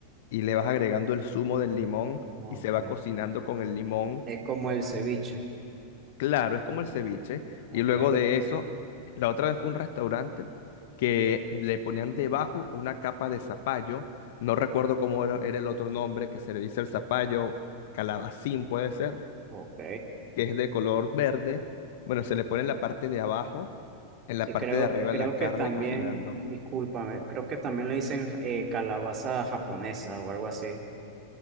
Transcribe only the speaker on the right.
ok.
Es como el ceviche.
Ok,
ok.
Sí,
creo,
creo
que también,
discúlpame, creo que también le dicen eh, calabaza japonesa o algo así.